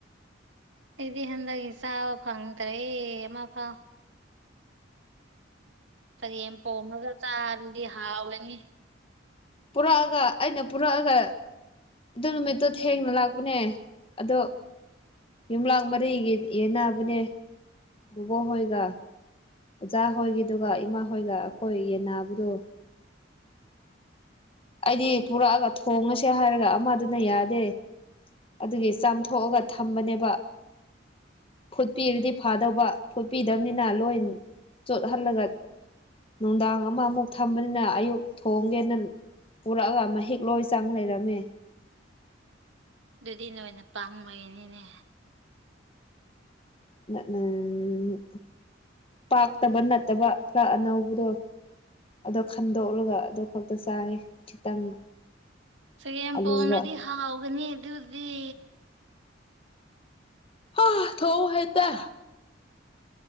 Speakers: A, on the right (about 75°); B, on the left (about 30°).
A: ꯑꯩꯗꯤ ꯍꯟꯗꯛ ꯆꯥꯕ ꯐꯪꯗ꯭ꯔꯦ ꯑꯃ ꯐꯥꯎ ꯆꯒꯦꯝ ꯄꯣꯝꯂꯒ ꯆꯥꯔꯗꯤ ꯍꯥꯎꯒꯅꯤ
B: ꯄꯨꯔꯛꯑꯒ ꯑꯩꯅ ꯄꯨꯔꯛꯑꯒ ꯑꯗꯨ ꯅꯨꯃꯤꯠꯇꯣ ꯊꯦꯡꯅ ꯂꯥꯛꯄꯅꯦ ꯑꯗꯣ ꯌꯨꯝꯂꯥꯛ ꯃꯔꯤꯒꯤ ꯌꯦꯅꯥꯕꯅꯦ ꯕꯨꯕꯣꯛꯍꯣꯏꯒ ꯑꯣꯖꯥ ꯍꯣꯏꯒꯤꯗꯨꯒ ꯏꯃꯥ ꯍꯣꯏꯒ ꯑꯩꯈꯣꯏ ꯌꯦꯟꯅꯕꯗꯨ ꯑꯩꯗꯤ ꯄꯨꯔꯛꯑꯒ ꯊꯣꯡꯉꯁꯦ ꯍꯥꯏꯔꯒ ꯑꯃꯗꯨꯅ ꯌꯥꯗꯦ ꯑꯗꯨꯒꯤ ꯆꯥꯝꯊꯣꯛꯑꯒ ꯊꯝꯕꯅꯦꯕ ꯐꯨꯠꯄꯤꯔꯗꯤ ꯐꯥꯗꯧꯕ ꯐꯨꯠꯄꯤꯗꯕꯅꯤꯅ ꯂꯣꯏ ꯆꯣꯠꯍꯜꯂꯒ ꯅꯨꯡꯗꯥꯡ ꯑꯃꯃꯨꯛ ꯊꯝꯕꯅꯤꯅ ꯑꯌꯨꯛ ꯊꯣꯡꯒꯦꯅ ꯄꯨꯔꯛꯑꯒ ꯃꯍꯤꯛ ꯂꯣꯏ ꯆꯪ ꯂꯩꯔꯝꯃꯦ
A: ꯑꯗꯨꯗꯤ ꯅꯣꯏꯅ ꯄꯪꯕꯒꯤꯅꯤꯅꯦ
B: ꯎꯝ ꯄꯥꯛꯇꯕ ꯅꯠꯇꯕ ꯈꯔ ꯑꯅꯧꯕꯗꯣ ꯑꯗꯣ ꯈꯟꯗꯣꯛꯂꯒ ꯑꯗꯨ ꯈꯛꯇ ꯆꯥꯏ ꯈꯤꯇꯪ
A: ꯆꯒꯦꯝꯄꯣꯝꯔꯗꯤ
B: ꯑꯂꯨꯒ
A: ꯍꯥꯎꯒꯅꯤ ꯑꯗꯨꯗꯤ
B: ꯍ ꯊꯧ ꯍꯩꯇꯦ